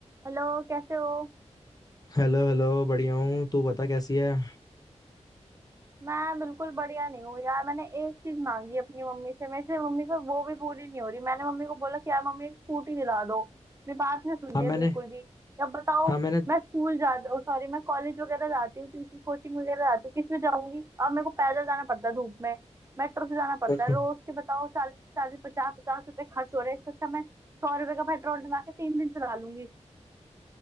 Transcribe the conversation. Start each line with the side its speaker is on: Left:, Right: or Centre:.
Right: हेलो कैसे हो
Left: Hello hello बढ़िया हूँ तू बता कैसी है
Right: मैं बिल्कुल बढ़िया नहीं हूँ यार मैंने एक चीज मांगी अपनी मम्मी से मेरे से मम्मी को वो भी पूरी नहीं हो रही मैंने मम्मी को बोला कि यार मम्मी एक स्कूटी दिला दो मेरी बात नहीं सुन
Left: हाँ
Right: रही
Left: मैंने
Right: है बिल्कुल भी अब बताओ
Left: हाँ मैंने
Right: मैं स्कूल जा सॉरी मैं कॉलेज वगैरह जाती हूँ ट्यूशन कोचिंग वगैरह जाती हूँ किस में जाऊंगी अब मेरे को पैदल जाना पड़ता है धूप में मेट्रो से जाना पड़ता
Left: <laughs>
Right: है रोज के बताओ चालीस चालीस पचास पचास रुपए खर्च हो रहे हैं इससे अच्छा मैं सौ रुपए का पेट्रोल डला के तीन दिन चला लूंगी